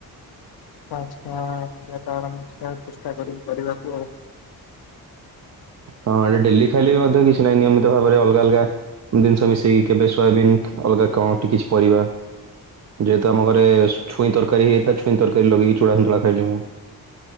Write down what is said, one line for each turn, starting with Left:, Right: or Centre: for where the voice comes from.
Left: ପାଞ୍ଚା ଆର ସେ ଚେଷ୍ଟା କରିକି କରିବାକୁ ଆଉ
Right: ହଁ ଏଟା ଡେଲି ଖାଇଲେ ବି ମଧ୍ୟ କିଛି ନାହିଁ ନିୟମିତ ଭାବରେ ଅଲଗା ଅଲଗା ଜିନିଷ ମିଶେଇକି କେବେ ସୋୟାବିନ୍ ଅଲଗା କଣଠି କିଛି ପରିବା ଯେହେତୁ ଆମ ଘରେ ଛୁଇଁରୀ ହେଇଥିଲା ଛଇଁ ତରକାରୀ ଲଗେଇି ଚୁାନ୍ତୁଳା ଖାଇଲି ମୁଁ